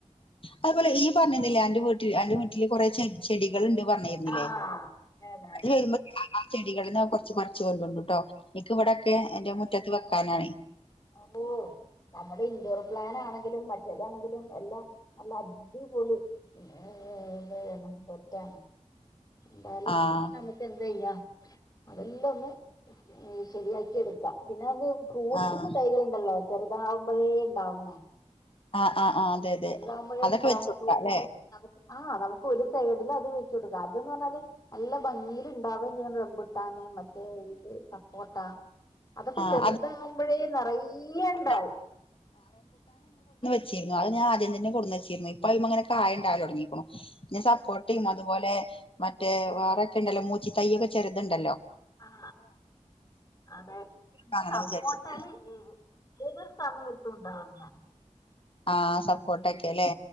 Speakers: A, on the left (about 45°); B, on the left (about 30°).
A: അതുപോലെ ഈയ് പറഞ്ഞന്നിലേ അന്റെ വീട്ടില് അന്റെ വീട്ടില് കൊറെ ചെട് ചെടി കള്ണ്ട് പറഞ്ഞേര്ന്നിലേ
B: ആഹ് അതെ അതെ അതെ
A: ഇയ്യ് വരുമ്പ <unintelligible> ആ ചെടികള്ന്ന് കൊറച്ച് പറിച്ച് കൊണ്ട്രോണ്ടുട്ടോ നിക്ക് ഇവിടെക്കെ എന്റെ മുറ്റത്ത് വെക്കാനാണേ
B: ഓ നമ്മുടെ ഇൻഡോർ പ്ലാൻ ആണെങ്കിലും മറ്റേതാണെങ്കിലും എല്ലാം നല്ല അടിപൊളി ഏ <unintelligible> ണ് തെറ്റാണ് എന്താലും
A: ആഹ്
B: നമുക്ക് എന്തെയ്യാ അതെല്ലാം ഒന്ന് ശരിയാക്കി എടുക്ക പിന്നെ അത് ഫ്രൂ
A: ആഹ്
B: സിൻ്റെ തൈകളുണ്ടല്ലോ ചെറുതാവുമ്പഴേ ഇണ്ടാവുന്നെ
A: ആഹ് ആഹ് ആഹ് അതെ അതെ
B: ചെറ്താവുമ്പഴേ
A: അതൊക്കെ
B: ഇണ്ടാവുന്ന
A: വെച്ചോടുക്കാം
B: ഫ്രൂട്‌സില്
A: അല്ലെ
B: നമു ആഹ് നമുക്ക് ഒരു സൈഡില് അത് വെച്ചു കൊടുക്കാം അത് ന്ന് പറഞ്ഞാല് നല്ല ഭംഗിയില് ഇണ്ടാവും ചെയ്യ്ണ റംപുട്ടാൻ മറ്റേ ഇത് സപ്പോട്ട അതൊക്കെ
A: ആഹ്
B: ചെറ്താവുമ്പോഴേ നെറയെ ഇണ്ടാവും
A: അത് ച്ചിരുന്നു അത് ഞാൻ ആദ്യം തന്നെ കൊടുന്നച്ചീര്ന്നു ഇപ്പൊ അത്മ്മെങ്ങനെ കായണ്ടാവലൊടങ്ങീക്ക്ണു ഞാൻ
B: ഉണ്ടാവും
A: സപ്പോട്ടിം അതുപോലെ മറ്റേ വേറെൊക്കെ ഉണ്ടല്ലോ മൂച്ചി തയ്യൊക്കെ ചെറുത്ണ്ടല്ലോ
B: ആ അതെ
A: വാങ്ങണം
B: സപ്പോട്ടേല്
A: വിചാരിച്ചിട്ടുണ്ട്
B: <unintelligible> ഏത് സമയത്തും ഉണ്ടാവുന്ന്യാ
A: ആ സപ്പോട്ടെക്കെ ലേ